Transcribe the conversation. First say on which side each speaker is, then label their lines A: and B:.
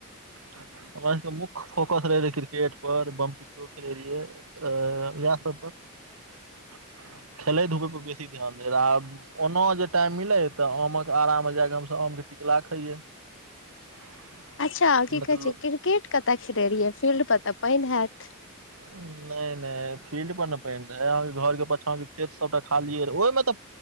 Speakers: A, on the right; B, on the left.
A: हमरा सबके मुख्य फोकस रहे रह क्रिकेट पर बमो एक आ वसप <inaudible> खेलै धुपै पर बेसी ध्यान रह आब ओनो जे टाइम मिले तऽ ओमो आमक आरा मे जाकऽ हमसभ आम के टिकला खैये <unintelligible>
B: अच्छा की
A: नहि
B: कहे
A: तऽ
B: छै क्रिकेट कतय खेले रहियै फील्ड पर तऽ पानि हैत
A: नहि नहि फील्ड पर ने पहिि रहै अहाँके घरके पाछा के खेत सबटा खालियै र ओहिमे तऽ